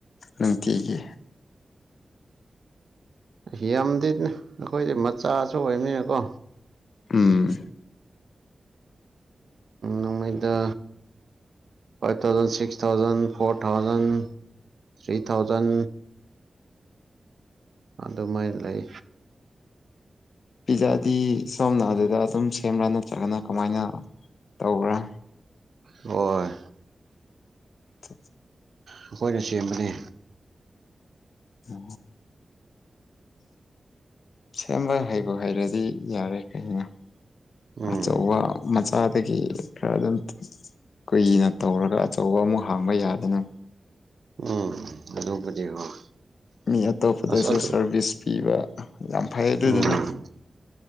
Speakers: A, on the left (about 75°); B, on the right (about 65°).
A: ꯅꯨꯡꯇꯤꯒꯤ
B: ꯍꯤ ꯌꯥꯝꯗꯤꯅꯦ ꯑꯩꯈꯣꯏꯁꯦ ꯃꯆꯥꯁꯨ ꯑꯣꯏꯅꯤꯅꯀꯣ
A: ꯎꯝ
B: ꯅꫭꯡꯃꯩꯗ five thousand six thousand four thousand three thousand ꯑꯗꯨꯃꯥꯏꯅ ꯂꯩ
A: ꯄꯤꯖꯥꯗꯤ ꯁꯣꯝꯅ ꯑꯗꯨꯗ ꯑꯗꯨꯝ ꯁꯦꯝꯕ꯭ꯔꯥ ꯅꯠꯇ꯭ꯔꯒꯅ ꯀꯃꯥꯏꯅ ꯇꯧꯕ꯭ꯔꯥ
B: ꯍꫭꯏ
A: ꯎ
B: ꯑꯩꯈꯣꯏꯅ ꯁꯦꯝꯕꯅꯤ
A: ꯎ ꯁꯦꯝꯕ ꯍꯩꯕ ꯍꯩꯔꯗꯤ ꯌꯥꯔꯦ ꯀꯩꯅꯣ
B: ꯎꯝ
A: ꯑꯆꯧꯕ ꯃꯥꯆꯥꯗꯒꯤ ꯈꯔ ꯑꯗꯨꯝ ꯀꯨꯏꯅ ꯇꯧꯔꯒ ꯑꯆꯧꯕ ꯑꯃꯨꯛ ꯍꯥꯡꯕ ꯌꯥꯗꯅ
B: ꯎꯝ ꯑꯗꯨꯄꯨꯗꯤ ꯍꯣꯏ
A: ꯃꯤ ꯑꯇꯣꯞꯄꯗꯁꯨ
B: ꯑꯁ ꯑꯗꯨ
A: ꯁꯥꯔꯚꯤꯁ ꯄꯤꯕ ꯌꯥꯝ ꯐꯩ ꯑꯗꯨꯗꯨꯅ
B: ꯎꯝ